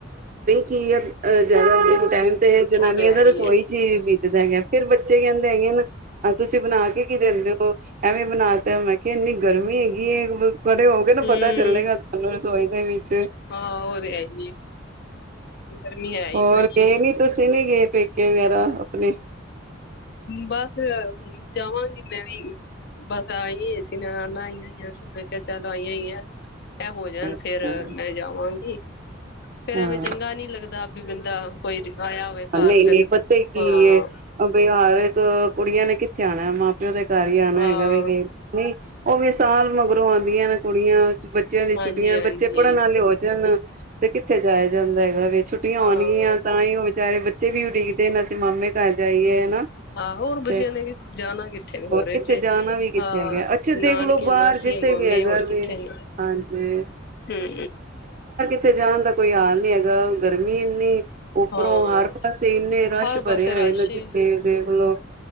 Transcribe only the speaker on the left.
ਉਹ ਤੇ ਹੈ
ਹੀ ਹੈ।
ਹੂੰ
ਹਾਂ ਉਹ ਤੇ ਹੈ ਹੀ ਹੈ। ਗਰਮੀ ਹੈ ਹੀ
ਬੜੀ
ਹੈ।
ਬਸ, ਹੂੰ। ਜਾਵਾਂਗੀ ਮੈਂ ਵੀ ਬਸ ਆਈ ਸੀ ਨਨਾਨਾਂ, ਆਈਆਂ ਹੋਈਆਂ ਸੀ। ਮੈਂ ਕਿਹਾ ਚੱਲ ਆਈਆਂ ਹੋਇਆ ਇਹ ਹੋ ਜਾਨ
ਫੇਰ ਮੈਂ ਜਾਵਾਂਗੀ। ਫੇਰ
ਐਵੇਂ ਚੰਗਾ ਨੀ ਲੱਗਦਾ। ਵੀ ਬੰਦਾ ਕੋਈ ਆਇਆ ਹੋਵੇ ਘਰ
ਫੇਰ
ਹਾਂ
ਹਾਂ
ਹਾਂਜੀ
ਹਾਂਜੀ
ਹਾਂ
ਆਹੋ ਹੋਰ ਬੱਚਿਆਂ
ਨੇ ਜਾਨਾ ਕਿੱਥੇ ਵੇ ਹੋਰ, ਇਹ
ਤੇ
ਹਾਂ
ਨਾਨਕੇ,
ਮਾਸੀਆਂ,
ਮਾਮੇ
ਹੋਰ ਕਿੱਥੇ
ਨੇ
ਹੂੰ
ਹਾਂ
ਹਰ
ਪਾਸੇ
ਰਸ਼
ਏ